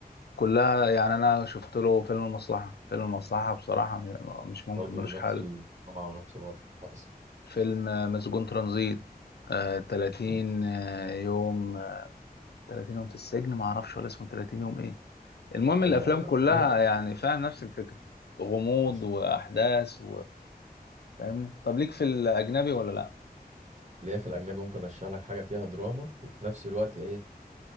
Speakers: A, on the left; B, on the right.
A: كلها يعني انا شفت له فيلم المصلحه فيلم المصلحه بصراحه م- مش ممكن
B: برضه
A: ملوش
B: نفس
A: حل
B: الطمع ونفس الوضع حصل
A: فيلم آه، مسجون ترانزيت آه 30
B: مم.
A: آه، يوم آه، 30 يوم في السجن ما اعرفش ولا اسمه 30 يوم ايه المهم
B: ايوه
A: الافلام
B: ايوه
A: كلها
B: كلهم
A: يعني فيها نفس الفكره غموض
B: حصل
A: واحداث وفاهمني طب ليك في الاجنبي ولا لا
B: اللي هي في الأجنبي ممكن أرشح لك حاجة فيها دراما وفي نفس الوقت إيه,